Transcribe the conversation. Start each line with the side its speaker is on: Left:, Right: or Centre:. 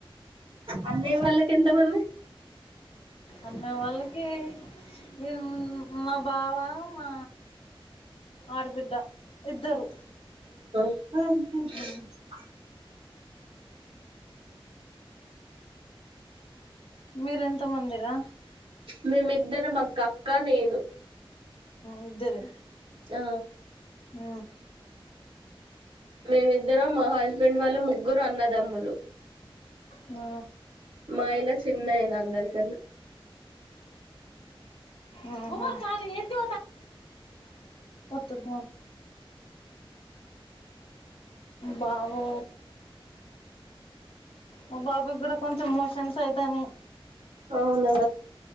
Right: అన్నయ్య వాళ్ళకి ఎంతమంది
Left: అత్త వాళ్ళకి ఈ మా బావా మా ఆడబిడ్డ ఇద్దరు
Right: హ
Left: ఉమ్. మీరెంత మందిరా
Right: మేమిద్దర మా క అక్క అక్కనేను
Left: అఇద్దరా
Right: ఆ
Left: ఆ
Right: మేమి ఇద్దరం మహల్ హస్బెండ్ వాళ్ళ ముగ్గురు అన్నదమ్ములు
Left: ఉ
Right: మా ఇన చిన్న అయినా అందరి కడ్
Left: అహానిత్త ద బాబు మా బాబు కూడా కొంచెం మోషన్స్ అయితాని
Right: అవునా